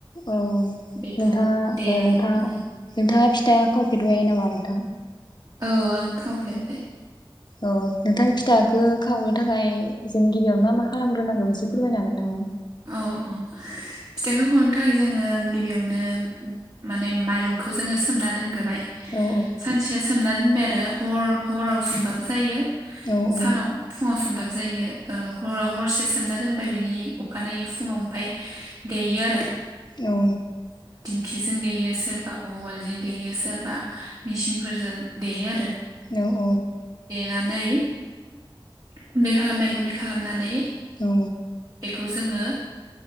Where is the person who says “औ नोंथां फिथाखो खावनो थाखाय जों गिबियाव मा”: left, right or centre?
Left